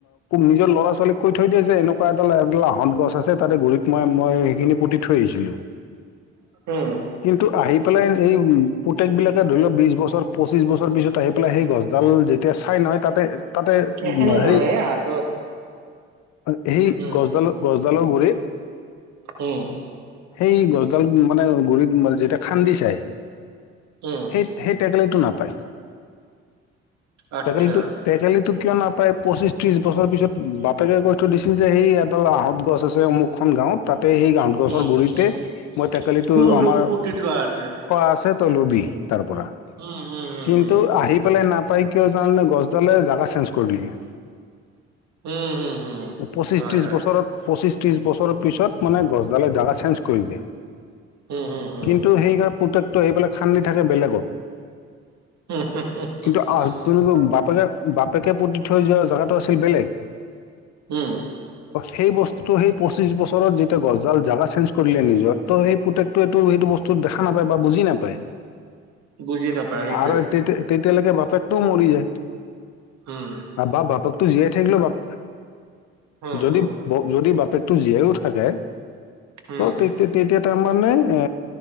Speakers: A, on the left; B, on the right.
A: নিজৰ ল'ৰা-ছোৱালীক কৈ থৈ দিয়ে যে এনেকুৱা এটা লাহত গছ আছে তাতে ঘূৰিত মই মই সেইখিনি পুটি থৈ আহিছিলোঁ
B: উম
A: কিন্তু আহি। পেলাই এই পুতেক বিলাকে ধৰি লও বিশ বছৰ পঁচিছ বছৰ পিছত আহিপ সেই গছ ডাল যেতিয়া চাই নহয় তাতে তাতে
B: এইখিনি নহয়
A: হেই
B: এ হাতত
A: সেই
B: উম
A: গছডালৰ গছডালৰ গুৰিত
B: উম
A: সেই গছডাল মানে গুৰিত যেতিয়া খান্দি চাই
B: উম
A: সেই সেই টেকেলিত টো নাপাই
B: আচ্ছা
A: টেকেলিটো টেকেলিটোত কিয় নাপায় পঁচিছ ত্ৰিছ বছৰ পিছত বাপেকে কৈ থৈ দিছিল যে সেই এডাল আহঁত গছ আছে মোক এখন গাঁৱত তাত তাতে সেই আহঁত গছৰ
B: উম
A: গুডৰিতে
B: উম
A: মই টেকেলিটো
B: সোণৰূপ
A: আমাৰ
B: পুতি থোৱা আছে
A: থোৱা আছে তই লবি তাৰ পৰা
B: উম হম হম
A: কিন্তু
B: হম
A: আহি পেলাই নাপাই কিয় জানে গছডালে জোগা চেঞ্জ কৰি দিলে
B: উম হম হম
A: পঁচিছ
B: হয়
A: ত্ৰিশ
B: হয়
A: বছৰত পঁচিছ ত্ৰিছ বছৰ পিছত মানে গছডালে জাগা চেঞ্জ কৰিলে
B: উম হম হম
A: কিন্তু সেইকাৰ পুতেকটো এইবিলাক খান্দি থাকে বেলেগত
B: হম হম হম
A: কিন্তু আপোনালোকৰ
B: হম
A: বাপেকে বাপেকে পুতি থৈ যোৱা জেগাটো আছিল বেলেগ।
B: উম
A: সেই বস্তুটো, সেই পচিছ বছৰত যেতিয়া গছডাল জেগা চেঞ্জ কৰিলে নিজৰ, ত সেই পুতেকটোৱে টো সেইটো বস্তুত দেখা নাপায় বা বুজি নাপায়।
B: বুজি নাপায় সেইটোৱে।
A: আৰু তেতিয়া তেতিয়ালৈকে বাপেকটোও মৰি যায়।
B: হুম
A: আবা বাপকতো জীয়াই থাকিলে অলপ,
B: হম
A: যদি
B: হম
A: যদি বাপ পুতেক টো জীয়াও থাকে,
B: উম
A: ত তে তেতিয়া তাৰমানে এ